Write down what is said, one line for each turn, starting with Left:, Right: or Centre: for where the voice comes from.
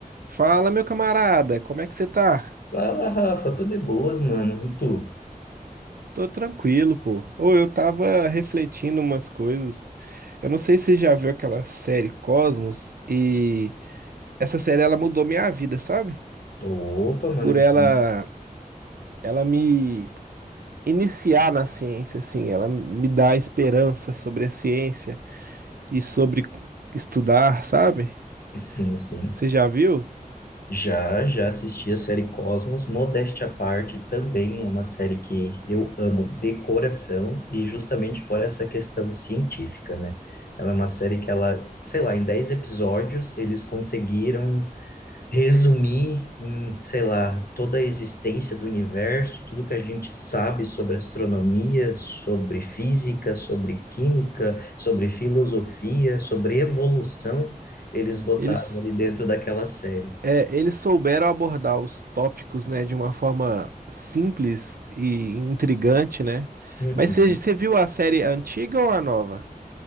Right: Fala, meu camarada, como é que você tá?
Left: Fala, Rafa, tô de boas, mano. E tu?
Right: Tô tranquilo, pô. Ou eu tava refletindo umas coisas. Eu não sei se você já viu aquela série Cosmos e essa série ela mudou minha vida, sabe?
Left: Opa, mano.
Right: Por
Left: então-
Right: ela ela me iniciar na ciência assim, ela me dá esperança sobre a ciência e sobre estudar, sabe?
Left: Sim, sim.
Right: Você já viu?
Left: Já, já assisti a série Cosmos. Modéstia à parte, também é uma série que eu amo de coração e justamente por essa questão científica, né? Ela é uma série que ela, sei lá, em 10 episódios eles conseguiram resumir em, sei lá, toda a existência do universo, tudo que a gente sabe sobre astronomia, sobre física, sobre química, sobre filosofia, sobre evolução, eles botaram
Right: Eles
Left: ali dentro daquela série.
Right: É, eles souberam abordar os tópicos, né, de uma forma simples e intrigante, né?
Left: Uhum.
Right: Mas você você viu a série antiga ou a nova?